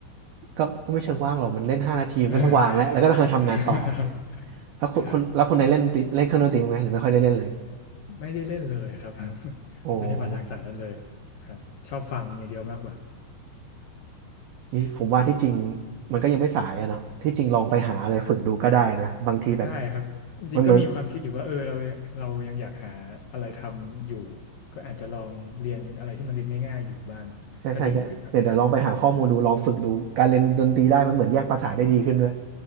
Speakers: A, on the right; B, on the left.
A: ก็ก็ไม่เชิงว่างหรอกมันเล่นห้านาทีมันก็ต้องวางแล้วแล้วก็ต้องทำงานต่ออย่างเงี้ย
B: <laughs>
A: แล้วคนคนแล้วคนไหนเล่นติเล่นเครื่องดนตรีมั้างไหมหรือไม่ค่อยได้เล่นเลย
B: ครับไม่ได้เล่นเลยครับ <laughs>
A: โอ้
B: ไม่ได้มาทางสายนั้นเลยครับชอบฟังอย่างเดียวมากกว่า
A: นี่ผมว่าที่จริงมันก็ยังไม่สายอะเนาะที่จริงลองไปหาอะไรฝึกดูก็ได้นะบางทีแบบ
B: ได้ครับจริงๆก็มีความคิดอยู่ว่าเออเราเรายังอยากหาอะไรทำอยู่
A: มันเหมือน
B: ก็อาจจะลองเรียนอะไรที่มันเรียนง่ายๆอยู่บ้างก็ดีเหมือนกันครับ
A: ใช่ใช่เนี่ยเดี๋ยวเดี๋ยวลองไปหาข้อมูลดูลองฝึกดูการเล่นดนตรีได้มันเหมือนแยกภาษาทได้ดีขึ้นด้วย